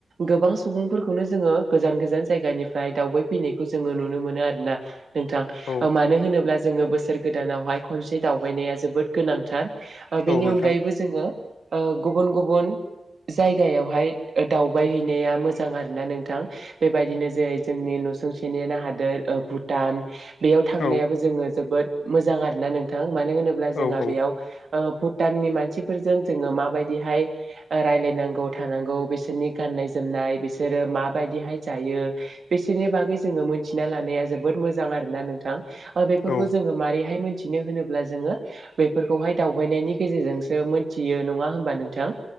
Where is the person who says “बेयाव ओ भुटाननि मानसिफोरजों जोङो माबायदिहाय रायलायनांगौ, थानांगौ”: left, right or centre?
Right